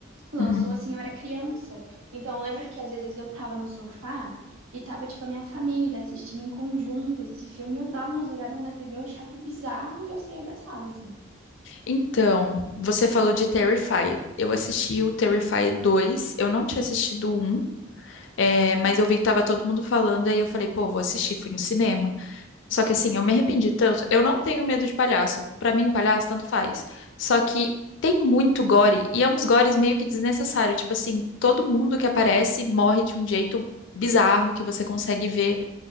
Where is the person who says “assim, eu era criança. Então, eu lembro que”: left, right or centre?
Right